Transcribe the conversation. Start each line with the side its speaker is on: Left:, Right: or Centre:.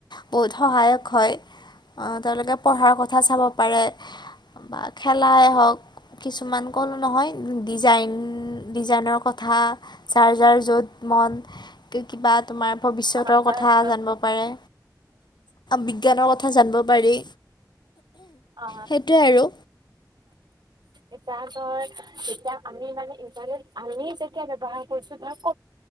Left: বহুত সহায়ক হয়। তেওঁলোকে পঢ়াৰ কথা চাব পাৰে বা খেলাই হওক কিছুমান কলো নহয় ডিজাইন ডিজাইনৰ কথা কথা যাৰ যাৰ য'ত মন। কিবা তোমাৰ ভৱিষ্যতৰ
Right: অ বাৰু।
Left: কথা জানিব পাৰে। বিজ্ঞানৰ কথা জানিব পাৰি।
Right: <inaudible>
Left: সেইটোৱে আৰু
Right: এতিয়া ধৰ এতিয়া আমি মানে ইটাৰনেট আমি যেতিয়া ব্যৱহাৰ কৰিছো ধৰ ক